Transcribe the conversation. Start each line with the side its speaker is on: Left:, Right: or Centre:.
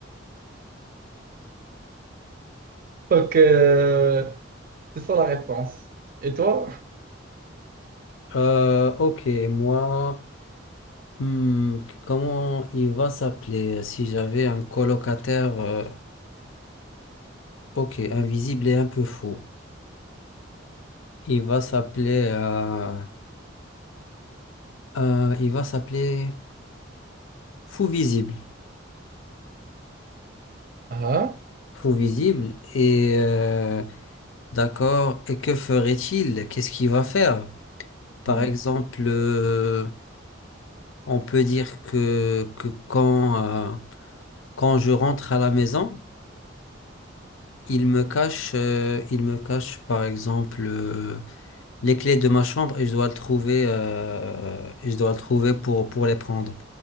Right: Donc, euh, C'est ça la réponse. Et toi?
Left: Euh, ok, moi, hmm, comment il va s'appeler si j'avais un colocataire euh, Ok, invisible et un peu fou. Il va s'appeler euh, euh, il va s'appeler Fou Visible.
Right: Ah?
Left: Fou Visible et euh, d'accord, et que ferait-il? Qu'est-ce qu'il va faire? Par
Right: Mhm.
Left: exemple, euh, on peut dire que, que quand, euh, quand je rentre à la maison, il me cache euh, il me cache par exemple euh, les clés de ma chambre et je dois le trouver, euh, et je dois le trouver pour, pour les prendre.